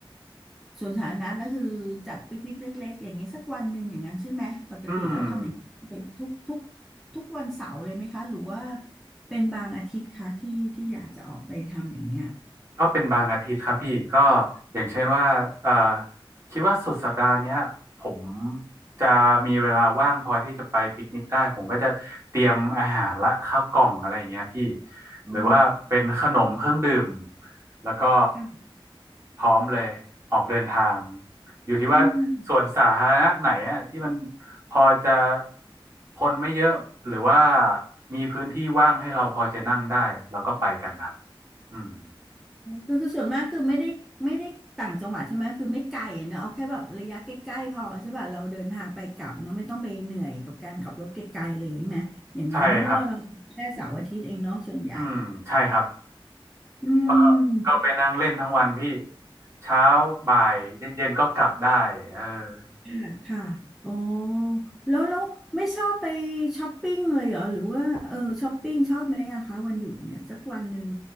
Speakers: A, in the centre; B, on the right.
A: สวนสาธารณะแล้วคือจัดปิกนิกเล็กๆอย่างนี้สักวันหนึ่งอย่างนั้นใช่ไหมปกติแล้วทำอย่างเป็นทุกทุก
B: อืม
A: ทุกวันเสาร์เลยไหมคะหรือว่าเป็นบางอาทิตย์คะที่ที่อยากจะออกไปทำอย่างเงี้ย
B: ก็เป็นบางอาทิตย์ครับพี่ก็อย่างเช่นว่าเอ่อคิดว่าสุดสัปดาห์เนี้ยผมจะมีเวลาว่างพอที่จะไปปิกนิกได้ผมก็จะเตรียมอาหารและข้าวกล่องอะไรอย่างเงี้ยพี่
A: โอ้
B: หรือว่าเป็นขนมเครื่องดื่มแล้วก็
A: ค่ะ
B: พร้อมเลยออกเดินทางอยู่ที่ว่าสวนสาธารณะไหนอะที่มัน
A: อืม
B: พอจะคนไม่เยอะหรือว่ามีพื้นที่ว่างให้เราพอจะนั่งได้แล้วก็ไปกันครับอืม
A: คือคือส่วนมากคือไม่ได้ไม่ได้ต่างจังหวัดใช่ไหมคือไม่ไกลอะเนอะเอาแค่แบบระยะใกล้ๆพอใช่ป่ะเราเดินทางไปกลับเนอะไม่ต้องไปเหนื่อยกับการขับรถไกลๆเลยใช่ไหมอย่างนั้นถ้ะเพราะว่าเราแค่เสาร์อาทิตย์เองเนาะส่วนใหญ่
B: ใช่ครับ อืมใช่ครับ
A: อื
B: ก็
A: ม
B: ก็ไปนั่งเล่นทั้งวันพี่เช้าบ่ายเย็นๆก็กลับได้เออ
A: ค่ะค่ะอ๋อแล้วแล้วไม่ชอบไปช้อปปิ้งเลยเหรอหรือว่าเออช้อปปิ้งชอบไหมอะคะวันหยุดเนี่ยสักวันหนึ่ง